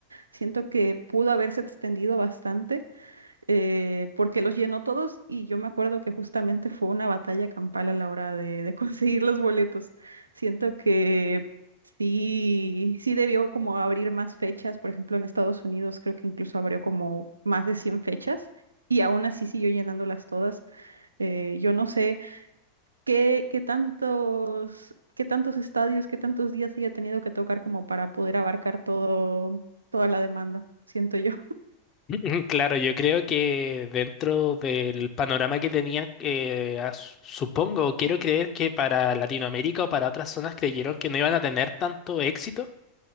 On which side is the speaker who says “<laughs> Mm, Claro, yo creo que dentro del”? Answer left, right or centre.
Left